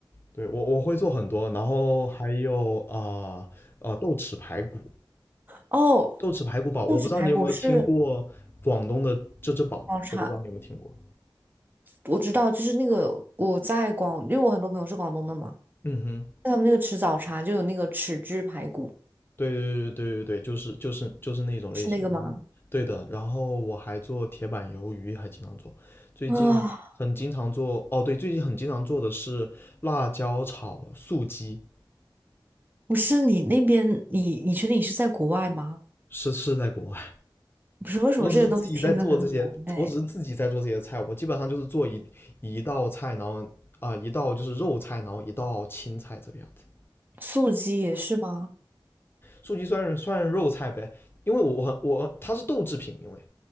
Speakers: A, on the left (about 25°); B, on the right (about 25°).
A: 对，我我会做很多，然后还有啊呃呃豆豉排骨，
B: 哦，
A: 豆豉排骨煲，
B: 不止排骨是
A: 我不知道你有没有听过广东的这只煲，
B: 广茶，
A: 我不知道你有没有听过。
B: 我知道，就是那个我在广，因为我很多朋友是广东的嘛，
A: 嗯哼，
B: 他们那个吃早茶就有那个豉汁排骨，
A: 对对对对对对，就是就是就是那种类型的啊。
B: 是那个吗？
A: 对的，然后我还做铁板鱿鱼，还经常做。最近很经常做，
B: 啊，
A: 哦，对，最近很经常做的是辣椒炒素鸡，
B: 不是你那边，你你确定你是在国外吗？
A: 是是在国外。
B: 不是为什么这些东西听得很普遍？
A: 我只是自己在做这些，我只是自己在做这些菜，我基本上就是做一一道菜，然后啊、呃一道就是肉菜，然后一道青菜这个样子。
B: 素鸡也是吗？
A: 素鸡算是算是肉菜呗，因为我我我它是豆制品，因为